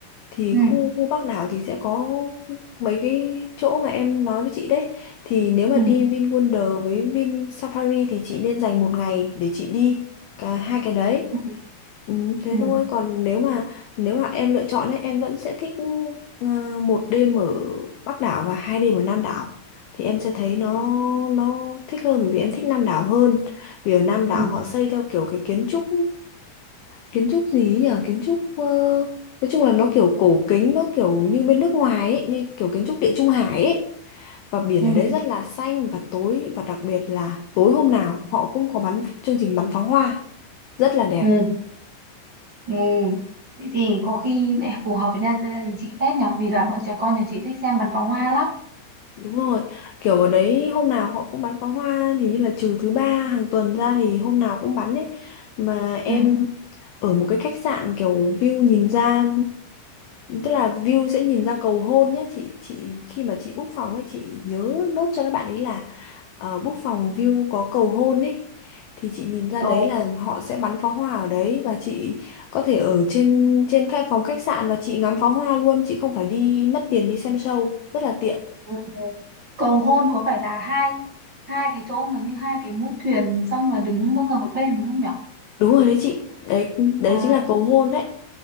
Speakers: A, on the left; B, on the right.
A: thì
B: ừ
A: khu khu Bắc đảo thì sẽ có mấy cái chỗ mà em nói với chị đấy thì nếu mà
B: ừ
A: đi Vin Wonder với Vin Safari thì chị nên dành một ngày để chị đi cả hai cái đấy
B: ừ
A: ừ, thế
B: ừ
A: thôi còn nếu mà nếu mà em lựa chọn ấy em vẫn sẽ thích ờ, một đêm ở Bắc đảo và hai đêm ở Nam đảo thì em sẽ thấy nó nó thích hơn bởi vì em thích Nam đảo hơn vì ở Nam đảo
B: ừ
A: họ xây theo kiểu cái kiến trúc kiến trúc gì ấy nhở kiến trúc ờ, nói chung là nó kiểu cổ kính nó kiểu như bên nước ngoài ấy như kiểu kiến trúc Địa Trung Hải ấy và biển
B: ừ
A: ở đấy rất là xanh và tối và đặc biệt là tối hôm nào họ cũng có bắn chương trình bắn pháo hoa rất là đẹp
B: ừ ừ. thế thì có khi lại phù hợp với gia, gia đình chị phết nhở vì là bọn trẻ con nhà chị thích xem bắn pháo hoa lắm
A: đúng rồi kiểu ở đấy hôm nào họ cũng bắn pháo hoa thì như là trừ thứ ba hàng tuần ra thì hôm nào cũng bắn ấy mà em
B: ừ.
A: ở một cái khách sạn kiểu view nhìn ra tức là view sẽ nhìn ra cầu hôn nhé chị chị khi mà chị book phòng ấy chị nhớ nốt cho các bạn ấy là uh, book phòng view có cầu hôn ấy thì chị nhìn ra
B: cầu
A: đấy là họ sẽ bắn pháo hoa ở đấy và chị có thể ở trên trên khách phòng khách sạn và chị ngắm pháo hoa luôn chị không phải đi mất tiền đi xem show rất là tiện
B: ừ. cầu hôn có phải là hai hai cái chỗ mà như hai cái mũi thuyền xong là đứng mỗi người một bên đúng không nhở
A: đúng rồi đấy chị đấy đấy
B: Ờ.
A: chính là cầu hôn đấy